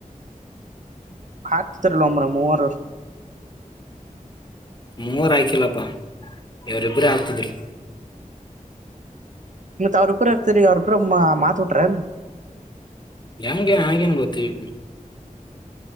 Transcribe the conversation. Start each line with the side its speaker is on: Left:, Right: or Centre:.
Right: ಹಾತತಿರ್ಲ್ ಒಂಬ್ರ ಮೂವರು
Left: ಮೂರ್ ಆಯ್ಕಿಲ್ಲಪ್ಪಾ ಇವರಿಬ್ಬರೇ ಆಗ್ತಿದ್ರು
Right: ಮತ್ ಅವ್ರ ಇಬ್ರೇ ಆಗ್ತರಿ ಅವ್ರ ಇಬ್ರೇ ಮಾತ್ ಬಿಟ್ರ ಏನು
Left: ಹೆಂಗೆ ಹಾಗೇನ್ ಗೊತ್ತವಿ